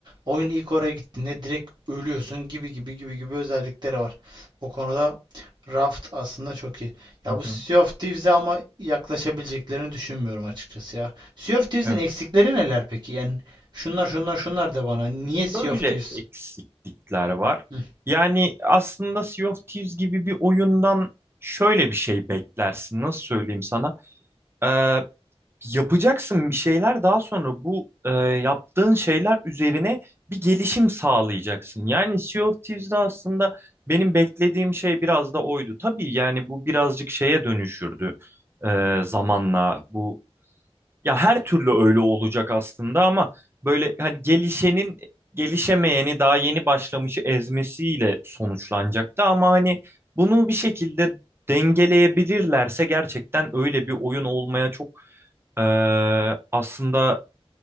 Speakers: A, on the right; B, on the right.
A: Oyun ilk oraya gittiğinde direkt ölüyorsun gibi gibi gibi gibi özellikleri var. O konuda Raft aslında çok iyi. Ya
B: Hı
A: bu Sea
B: hı.
A: of Thieves'e ama yaklaşabileceklerini düşünmüyorum açıkçası ya. Sea of Thieves'in
B: Evet.
A: eksikleri neler peki? Yani şunlar şunlar şunlar de bana. Niye Sea
B: Böyle
A: of Thieves?
B: eksiklikler var.
A: Hı,
B: Yani aslında Sea of Thieves gibi bir oyundan şöyle bir şey beklersin. Nasıl söyleyeyim sana? E, Yapacaksın bir şeyler daha sonra bu e, yaptığın şeyler üzerine bir gelişim sağlayacaksın. Yani Sea of Thieves'de aslında benim beklediğim şey biraz da oydu. Tabii yani bu birazcık şeye dönüşürdü e, zamanla bu. Ya her türlü öyle olacak aslında ama böyle hani gelişenin gelişemeyeni daha yeni başlamışı ezmesiyle sonuçlanacaktı ama hani bunu bir şekilde dengeleyebilirlerse gerçekten öyle bir oyun olmaya çok e, aslında